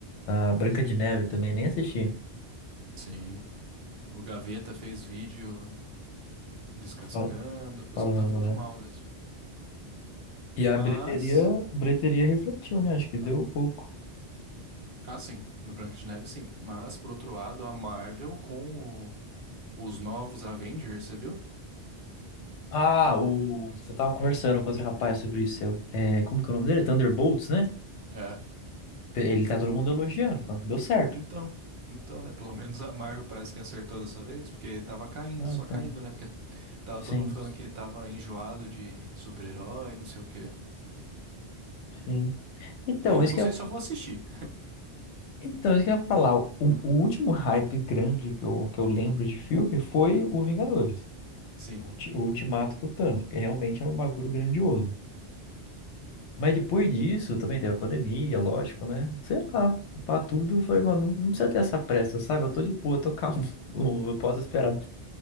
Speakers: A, on the left (about 75°); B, on the right (about 55°).
A: da Branca de Neve também, nem assisti.
B: Sim. O Gaveta fez vídeo descascando,
A: Fala,
B: o pessoal
A: falando,
B: tá falando
A: né?
B: mal mesmo.
A: E a
B: Mas,
A: bilheteria, bilheteria refletiu, né? Acho que deu pouco.
B: ah, sim, no Branca de Neve sim, mas por outro lado, a Marvel com o- os novos Avengers, você viu?
A: Ah, o... eu tava conversando com outro rapaz sobre isso. Eu... É, como que é o nome dele? Thunderbolts, né?
B: É.
A: Ele tá todo mundo elogiando, falando que deu certo.
B: Então, então, né? Pelo menos a Marvel parece que acertou dessa vez, porque tava caindo,
A: Ah,
B: só
A: então,
B: caindo, né? Porque tava
A: sim,
B: todo mundo falando que tava enjoado de super-herói, não sei o quê.
A: sim. Então,
B: Ainda
A: isso
B: não
A: que
B: sei
A: eu,
B: se eu vou assistir.
A: então, isso que eu ia falar. O, o último hype grande que eu, que eu lembro de filme foi o Vingadores,
B: Sim.
A: o, ulti- o Ultimato com o Thanos, porque realmente era um bagulho grandioso. Mas depois disso, também teve a pandemia, lógico, né? Sei lá, pra tudo, eu falei, mano, não, não precisa ter essa pressa, sabe? Eu tô de boa, tô calmo, <laughs> eu eu posso esperar.